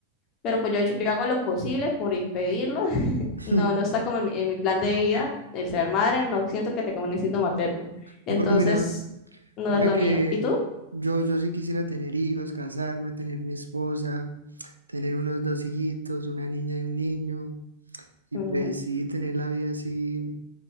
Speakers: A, on the left; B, on the right.
A: pero pues yo, yo hago lo posible por impedirlo. <laughs>
B: <laughs>
A: No, no está como en mi, en mi plan de vida el ser madre, no siento que tenga un instinto materno. Entonces,
B: No, pero mira,
A: no
B: mira
A: es lo
B: que
A: mío. ¿Y tú?
B: yo, yo sí quisiera tener hijos, casarme, tener mi esposa, tener unos dos hijitos, una niña y un niño, y
A: Ujú,
B: pues sí, tener la vida así,